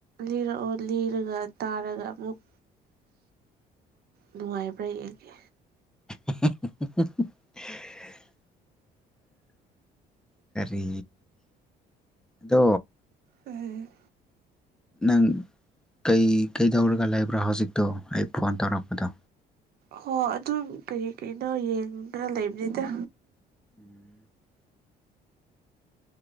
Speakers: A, on the right (about 65°); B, in the centre.
A: ꯂꯤꯔꯛꯑꯣ ꯂꯤꯔꯒ ꯇꯥꯔꯒ ꯑꯃꯨꯛ ꯅꯨꯡꯉꯥꯏꯕ꯭ꯔꯥ ꯌꯦꯡꯒꯦ
B: <unintelligible> ꯀꯔꯤ ꯑꯗꯣ
A: ꯎꯝ
B: ꯅꯪ ꯀꯩ ꯀꯩꯗꯧꯔꯒ ꯂꯩꯕ꯭ꯔꯥ ꯍꯧꯖꯤꯛꯇꯣ ꯑꯩ ꯐꯣꯟ ꯇꯧꯔꯛꯄꯗꯣ
A: ꯍꯣ ꯑꯗꯨꯝ ꯀꯔꯤ ꯀꯩꯅꯣ ꯌꯦꯡꯒ ꯂꯩꯕꯅꯤꯗ
B: <inaudible>